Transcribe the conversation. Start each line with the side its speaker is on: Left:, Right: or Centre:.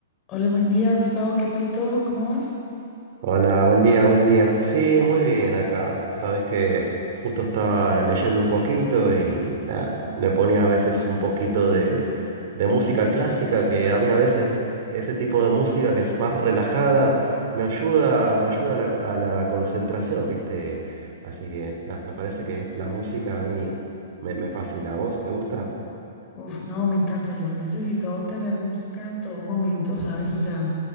Left: Hola, buen día, Gustavo. ¿Qué tal todo? ¿Cómo vas?
Right: Hola, buen día, buen día. Sí, muy bien acá. Sabes que justo estaba leyendo un poquito y nada, me ponía a veces un poquito de, de música clásica, que a mí a veces ese tipo de música que es más relajada me ayuda, me ayuda a la, co- a la concentración, ¿viste? Así que nada, me parece que la música a mí me, me fascina. ¿A vos te gusta?
Left: Uf, no, me encanta. Yo necesito tener música en todo momento, ¿sabes? O sea,